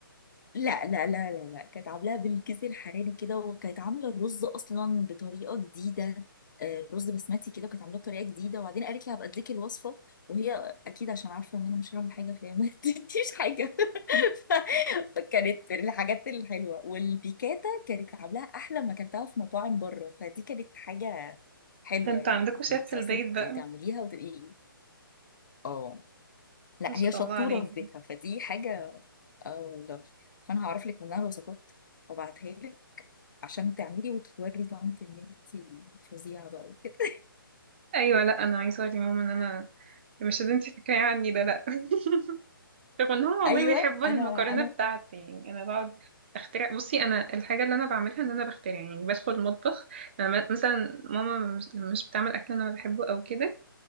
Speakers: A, on the left; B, on the right.
A: لا لا لا لا لا كانت عاملاها بالكيس الحراري كده وكانت عامله الرز اصلا بطريقه جديده آه، رز بسمتي كده وكانت عاملاه بطريقه جديده وبعدين قالت لي هبقى اديك الوصفه وهي اكيد عشان عارفه ان انا مش هعمل حاجه فهي ما <laughs> ادتنيش حاجه <laughs> ف- فكانت الحاجات الحلوه والبيكاتا كانت عاملاها احلى ما اكلتها في مطاعم بره فدي كانت حاجه حلوه
B: ده انتوا
A: يعني
B: عندكوا شيف
A: ان انت
B: في البيت
A: اصلا
B: بقى
A: ت- تعمليها وتبقي اه لا
B: ما شاء
A: هي شطوره
B: الله عليه
A: في بيتها فدي حاجه اه والله فانا هعرف لك منها الوصفات وابعتها لك عشان تعملي وتوري طنط ان انت فظيعه بقى وكده
B: ايوه لا انا عايزة اقول لماما ان انا مش اللي انت فاكراه عني ده لا <laughs> رغم ان هو
A: <laughs>
B: والله
A: ايوه
B: بيحب المكرونه
A: انا انا
B: بتاعتي يعني انا بقعد اخترع بصي انا الحاجه اللي انا بعملها ان انا بخترع يعني بدخل المطبخ انا م- مثلا ماما مش مش بتعمل اكل انا بحبه او كده